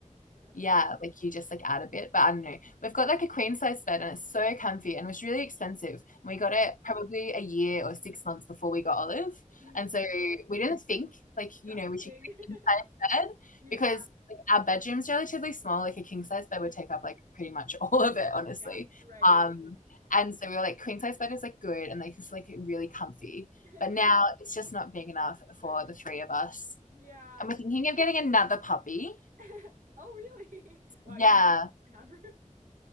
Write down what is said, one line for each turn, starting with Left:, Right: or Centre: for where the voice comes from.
Right: Yeah.
Left: yeah, like you just like add a bit, but I don't know. We've got like a queen size bed and it's so comfy and it was really expensive. And we
Right: Yeah.
Left: got it probably a year or six months before we got Olive.
Right: Mm.
Left: And so we didn't think like,
Right: She
Left: you
Right: got
Left: know,
Right: in the
Left: we
Right: king.
Left: should get
Right: <laughs>
Left: a king size bed
Right: Yeah.
Left: because like our bedroom's relatively small. Like a king size bed would take up like pretty much <laughs> all of it, honestly.
Right: Yeah. Right.
Left: Um,
Right: right.
Left: and so we were like, queen size bed is like good and like it's like really comfy.
Right: <laughs>
Left: But now it's just not big enough
Right: But
Left: for
Right: she
Left: the three
Right: came
Left: of
Right: along.
Left: us.
Right: Yeah.
Left: And we're
Right: No.
Left: thinking of getting another puppy.
Right: <laughs> Oh, really? <laughs> Wow,
Left: Yeah.
Right: you really have room.